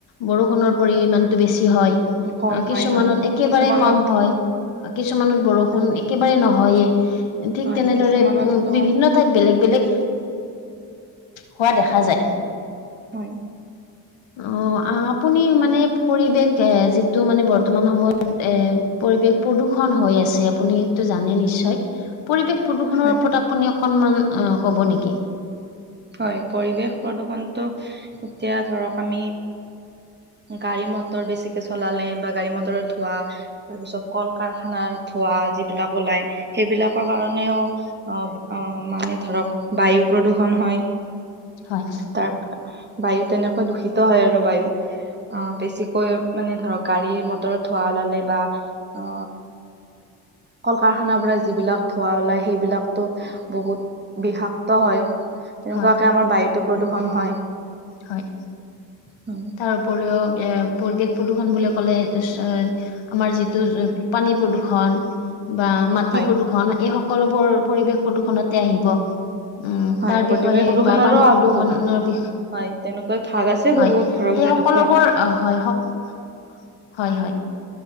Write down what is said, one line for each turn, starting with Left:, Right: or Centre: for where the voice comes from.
Left: বৰষুণৰ পৰিমাণটো বেছি হয়
Right: কম
Left: অ কিছুমানত
Right: হয় হয়
Left: একেবাৰে
Right: কিছুমানত
Left: কম হয় কিছুমানত বৰষুণ
Right: হয়
Left: একেবাৰে নহয়ে। ঠিক
Right: হয়
Left: তেনেদৰে
Right: কিছুমানতো
Left: উম বিভিন্ন ঠাইত বেলেগ বেলেগ হোৱা দেখা যায়।
Right: হয়
Left: <inaudible> অ আপুনি মানে পৰিৱেশ এ যিটো মানে বৰ্তমান সময়ত এ পৰিৱেশ প্ৰদূ খন হৈ আছে আপুনিটো জানেই নিশ্চয় পৰিৱেশ প্ৰদূষণৰ
Right: হয়
Left: ওপৰত আপ পুনি অকণমান অ ক'ব নেকি
Right: হয় পৰিৱেশ প্ৰদূষণটো এতিয়া ধৰক আমি গাড়ী মটৰ বেছিকে চলালে বা গাড়ী মটৰত ধোৱা তাৰ পিছত কল কাৰখানাৰ ধোঁৱা যিবিলাক ওলাই সেইবিলাক ৰ কাৰণেও অ অ মানে ধৰক বায়ু প্ৰদূৰষণ হয়
Left: হয়,
Right: তাৰ বায়ু তেনেকৈ দূষিত হয় আৰু বায়ু অ বেছিকৈ মানে ধৰক গাড়ীৰ মটৰত ধোঁৱা ওলালে বা অ কল-কাৰখানাৰ পৰা যিবিলাক ধোঁৱা ওলাই সেইবিলাকতো বহুত বিষাক্ত হয় তেনেকুৱাকে
Left: হয়,
Right: আমাৰ বায়ুতো প্ৰদূৰষণ হয়।
Left: হয়
Right: উ
Left: তাৰ উপৰিও এ পৰিৱেশ প্ৰদূষণ বুলি ক'লে তাৰ পিছত আমাৰ যিটো পানী প্ৰদূষন বা মাটি
Right: হয়
Left: প্ৰদূষণ এই সক কলোবোৰ পৰিৱেশ প্ৰদূষণতে আহিব। উম
Right: হয়
Left: তাৰ
Right: প্ৰতিৱেশ
Left: বিষয়ে
Right: প্ৰদূষণৰো
Left: বা পানী প্ৰদূষণৰ
Right: বহুত
Left: বিষ
Right: হয় তেনেকৈ ভাগ আছে
Left: হয়
Right: বহুত
Left: সেই
Right: ধৰক যেনেকুৱা
Left: সকলোবোৰ অ হয় স হয় হয়